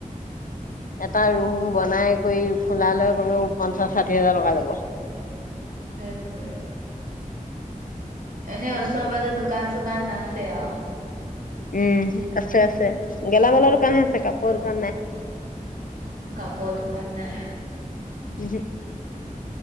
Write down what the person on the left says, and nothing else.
এটা ৰুম বনাই কৰি খোলা লৈ কমেও পঞ্চাশ - ষাঠি হাজাৰ টকা যাব।
উম ', আছে আছে। গেলামালৰ দোকানো আছে কাপোৰৰ দোকান নাই।
উহহু,